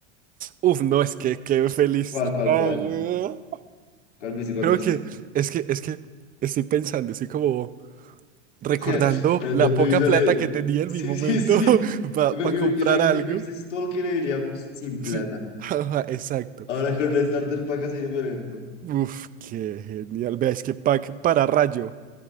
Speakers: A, on the right (about 25°); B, on the left (about 85°).
A: Uf, no, es que qué felicidad,
B: ¿Cuál, cuál, cuál?
A: weón.
B: ¿Cuál viste, cuál
A: Creo
B: viste?
A: que, es que, es que estoy pensando, estoy como recordando
B: <laughs> Yo,
A: la
B: yo te
A: poca
B: visualicé.
A: plata que tenía en
B: Sí,
A: mi momento
B: sí, sí.
A: <laughs>
B: Ima-
A: para
B: ima-
A: comprar
B: Imagínese,
A: algo.
B: imagínese todo lo que le veríamos sin
A: Sí,
B: plata.
A: <laughs> ajá, exacto.
B: Ahora con el starter pack así de violento.
A: Uf, qué genial. Veáis que pack para rayo.